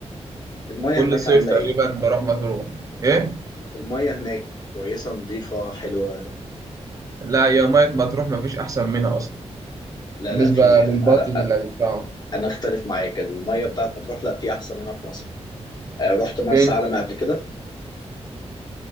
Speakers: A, on the left; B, on the right.
A: المايه
B: كل
A: هناك
B: صيف
A: عامله
B: تقريبا
A: ايه
B: بروح مطروح ايه
A: المايه هناك كويسه نظيفه حلوه
B: لا يا مية مطروح مفيش احسن منها اصلا
A: لا
B: بالنسبة
A: لا في
B: للبادجت
A: انا
B: اللي هتدفعه
A: أنا اختلف معاك المايه بتاعت مطروح لا في احسن منها في مصر آه، رحت مرسى
B: فين
A: علم قبل كده